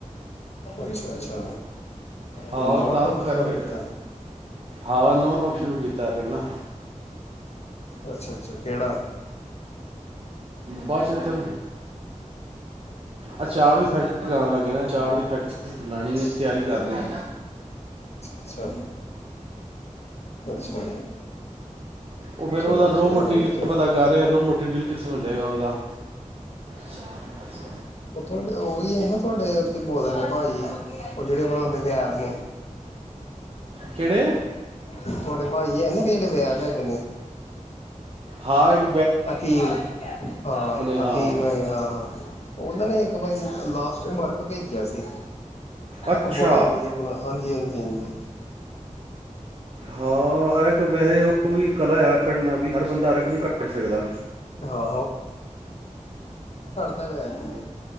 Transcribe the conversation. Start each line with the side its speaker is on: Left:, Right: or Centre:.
Left: ਅੱਛਾ ਅੱਛਾ
Right: ਹਹੋ
Left: ਤੇ ਨਵਾਂ
Right: ਉਹ ਤਾਂ
Left: ਕੰਮ ਸਟਾਰਟ
Right: ਕਰਕੇ
Left: ਕੀਤਾ
Right: ਹਾਂ ਨਵ ਕੰਮ ਸ਼ੁਰੂ ਕੀਤਾ ਕਹ ਨਾ
Left: ਅੱਛਾ ਅੱਛਾ ਕਿਹੜਾ
Right: ਬੱਸੇਥੋਂ ਅਚਾਰ ਦੀ ਫੈਕਟਰੀ ਲਣ ਲੱਗੇ ਨਾ ਅਚਾਰ ਦੀ ਫੈਕਟਰੀ ਲਾਣੀ ਹੈ ਤਿਆਰੀ ਕਰ ਰਿਹਾ
Left: ਅ ਚਾ ਅੱਛਾ
Right: ਉਹ ਫੇਰ
Left: ਚਲੋ
Right: ਉਹਦਾ ਰੋ
Left: ਵਧੀਆ
Right: ਮਟੀਰੀਅਲ
Left: ਵਧੀਆ ਚਲੋ
Right: ਪਤਾ ਕਰ ਰਿਹਾ ਰੋ ਮਟੀਰੀਅਲ ਕਿੱਥੋਂ ਜਗਾ ਉਹਦਾ ਸ ਸੁ
Left: ਹਉਹਹੀ ਹੈ ਨਾ ਤੁਹਾਡੇ ਬੋਲਦੇ ਨੇ ਭ ਜੀ ਉਹ ਜਿੜੇ ਬਣਾਉਂਦੇ ਵਿਆਦ ਨੇ
Right: ਕਿਹੜੇ
Left: ਤੁਹਾਡੇ ਭਾਾਈ ਹੈ ਨਾ ਜਿਹੜੇ ਵਿਆਹ ਹੈਗੇ ਨੇ
Right: ਹਾਂ ਇੱ
Left: ਹਕੀਮ ਹਾਂ
Right: ਹਾਂ
Left: ਹਕੀਮ ਹੈਗੇ ਹਾਂ ਹਾਂ ਉਹਨਾਂ ਨੇ ਇੱਕ ਵਾਰੀ ਲਾਸਟ ਵਰਕ ਭੇਜਿਆ ਸੀ।
Right: ਅੱਛਾ
Left: ਉਹ ਬੜਾ ਵਧੀਆ ਹਾਂਜੀ ਹਾਂਜੀ ਹਾਂਜੀ
Right: ਹਾਂ ਅਰਕ ਵੈਸੇ ਉਹ ਵੀ ਕਲਾ ਆ ਕੱਢਨਾ ਵੀ ਹਰ ਬੰਦਾ ਅਰਕ ਨਹੀਂ ਕੱਢ ਸਕਦਾ
Left: ਹਾਂ ਘਰੇ ਆ ਜਓ